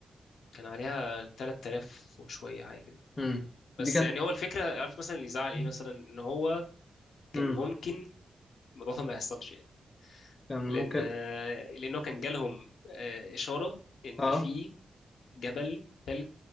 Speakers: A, on the left (about 85°); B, on the left (about 30°).
A: كان عليها 3000 وشويه حاجه كده
B: مم، دي
A: بس
B: كانت
A: يعني هو الفكره عارف مثلا اللي يزعل
B: <laughs>
A: ايه مثلا ان هو
B: مم،
A: كان ممكن الموضوع ده ما يحصلش يعني
B: كان
A: لان
B: ممكن
A: آه، لانه كان جالهم آه، اشاره ان
B: اه
A: في جبل تلج